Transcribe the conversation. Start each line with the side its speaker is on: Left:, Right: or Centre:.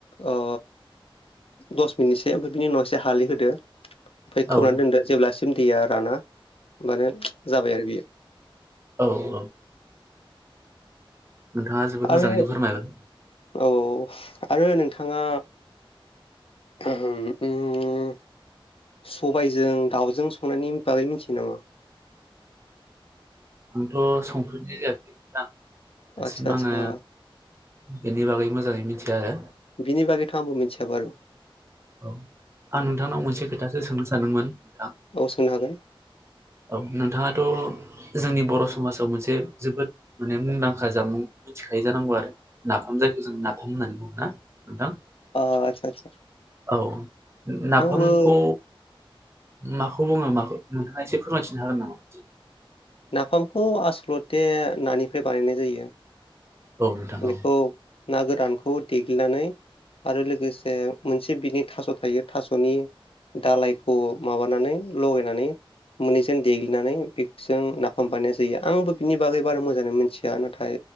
Left: ओ दस मिनिटसो ओमफ्राय बिनि उनाव एसे हालि होदो ओमफ्राय
Right: औ
Left: खोबानानै दोनदो जेब्ला सिम दैया राना। ओमबानो जाबाय आरो बियो।
Right: औ-औ नोंथाङा जोबोद
Left: आरो
Right: मोजाङैनो फोरमायबाय।
Left: औ आरो नोंथाङा उम सबायजों दाउजों संनायनि बागै मिथियो नामा
Right: आंथ' संफेरनाय जायाखै नोंथां। दासिम
Left: आतसा-आतसा
Right: आङो बेनि बागै मोजाङै मिथिया आरो
Left: बिनिबागैथ'आंबो मिथिया बारु
Right: औ आं नोंथांनाव मोनसे खोथासो सोंनो सानदोंमोन नोंथां।
Left: औ सोंनो हागोन
Right: औ नोंथाङाथ' जोंनि बर' समाजाव मोनसे जोबोद माने मुंदांखा जामुं मिथिखायो जानांगौ आरो नाफाम जायखौ जों नाफाम होननानै बुङोना नोंथां।
Left: ओ आतसा-आतसा
Right: औ नाफामखौ
Left: आंबो
Right: माखौ बुङो माखौ नोंथांआ एसे फोरमायथिनो हागोन नामा।
Left: नाफामखौ आसोल मथे नानिफ्राय बानायनाय जायो।
Right: औ नोंथां
Left: बेखौ
Right: औ
Left: ना गोरानखौ देग्लिनानै आरो लोगोसे मोनसे बिनि थास' थायो थास'नि दालायखौ माबानानै लगायनानै मोननैजों देग्लिनानै बेजों नाफाम बानायनाय जायो आंबो बिनि बागै बारा मोजाङै मिथिया नाथाय